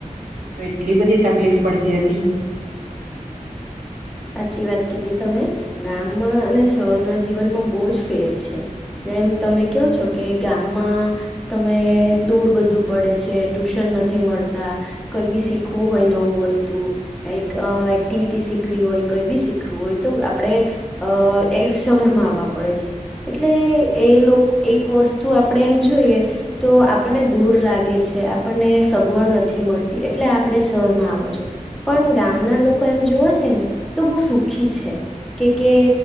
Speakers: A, on the right; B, in the centre.
A: તો એટલી બધી તકલીફ પડતી હતી
B: સાચી વાત કીધી તમે ગામમાં અને શહેરના જીવનમાં બહુ જ ફેર છે જેમ તમે કહો છો કે ગામમાં તમે દૂર બધું પડે છે ટ્યુશન નથી મળતા કોઈ બી શીખવું હોય નવું વસ્તુ કઈ એક્ટિવિટી શીખવી હોય કઈ બી શીખવું હોય તો આપણે અ એ શહેરમાં આવવા પડે છે એટલે એ લોકો એક વસ્તુ આપણે એમ જોઈએ તો આપણને દૂર લાગે છે આપણને સગવડ નથી મળતી એટલે આપણે શહેરમાં આવો છો પણ ગામના લોકો એમ જોુવ છે ને તો બહુ સુખી છે કે કે